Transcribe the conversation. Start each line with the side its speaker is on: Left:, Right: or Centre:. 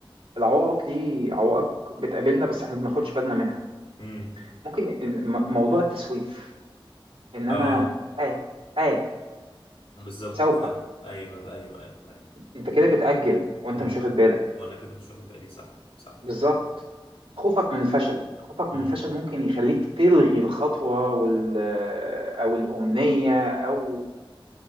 Right: العوائق دي عوائق بتقابلنا بس احنا ما بناخدش بالنا منها
Left: امم
Right: ممكن الم- موضوع التسويف ان
Left: اه
Right: انا اه اه
Left: بالظبط
Right: سوف
Left: ف... ايوه ايوه ايوه ايوه
Right: انت كده بتأجل وانت
Left: امم
Right: مش واخد بالك
Left: وانا كده مش واخد بالي صح صح
Right: بالظبط خوفك من الفشل خوفك
Left: امم
Right: من الفشل ممكن يخليك تلغي الخطوة وال أو الأمنية أو